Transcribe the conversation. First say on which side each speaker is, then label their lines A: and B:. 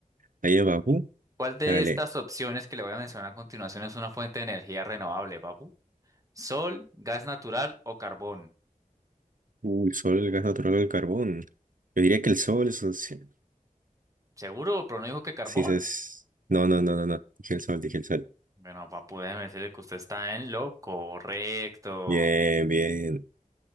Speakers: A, on the right; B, on the right.
A: Ahí abajo,
B: ¿Cuál de
A: dale.
B: estas opciones que le voy a mencionar a continuación es una fuente de energía renovable, Papu? ¿Sol, gas natural o carbón?
A: Uy, solo el gas natural o el carbón. Yo diría que el sol, socio.
B: ¿Seguro? ¿Pero no dijo que carbón?
A: Sí, es... No, no, no, no, no. Dije el sol, dije el sol.
B: Bueno, Papu, déjeme decirle que usted está en lo correcto.
A: Bien, bien.